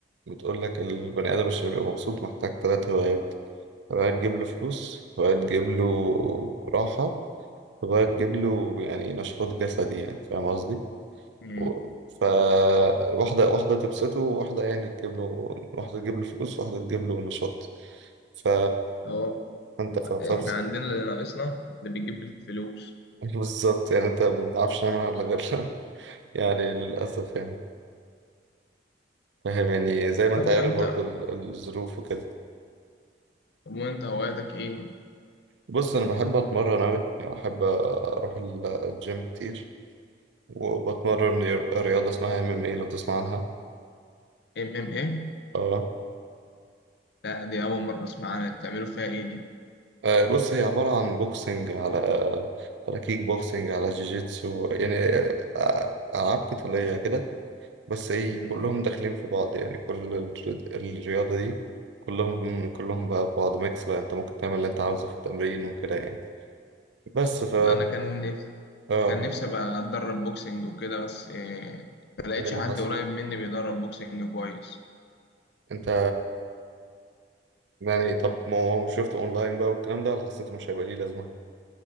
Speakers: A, on the right (about 75°); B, on the left (about 60°).
A: بتقول لك البني آدم عشان يبقى مبسوط محتاج ثلاث هوايات هواية تجيب له فلوس هواية تجيب له راحة تبغى تجيب له يعني نشاط جسدي يعني فاهم قصدي
B: دي
A: و... فواحدة واحدة تبسطه وواحدة يعني تجيب له واحدة تجيب له فلوس واحدة تجيب له نشاط ف
B: هو
A: انت
B: هو
A: ف...
B: احنا
A: ف...
B: عندنا اللي ناقصنا اللي بيجيب الفلوس
A: <laughs> بالظبط يعني انت ما بنعرفش نعمل على غيرنا <laughs> يعني للأسف يعني فاهم يعني زي ما
B: طب
A: انت
B: وانت
A: عارف برضه ال- الظروف وكده
B: طب وانت هواياتك ايه
A: بص انا بحب اتمرن اوي يعني بحب اروح الجيم كتير وبتمرن رياضة اسمها ام ام اي لو تسمع عنها
B: ام ام ايه
A: آه.
B: لا دي اول مره اسمع عنها بتعملوا فيها ايه دي
A: آه، بص هي عبارة عن بوكسنج على على كيك بوكسنج على جيجيتسو يعني آه، ألعاب قتالية كده بس إيه
B: مم.
A: كلهم داخلين في بعض يعني كل الر- الرياضة دي كلهم كلهم بقى في بعض ميكس بقى أنت ممكن تعمل اللي أنت عاوزه في التمرين وكده يعني بس ف
B: والله انا كان نفسي
A: آه
B: كان نفسي ابقى اتدرب بوكسنج وكده بس إيه ما لقيتش
A: إيه اللي
B: حد
A: حصل؟
B: قريب مني بيدرب بوكسنج كويس
A: أنت يعني طب ما هو شفته أونلاين بقى والكلام ده ولا حسيته مش هيبقى ليه لازمة؟